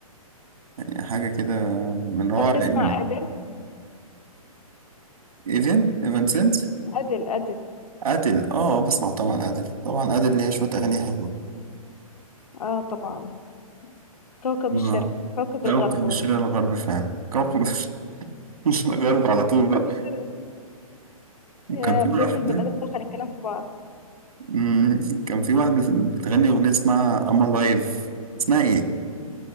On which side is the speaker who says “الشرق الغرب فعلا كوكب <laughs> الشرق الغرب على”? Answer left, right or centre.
Right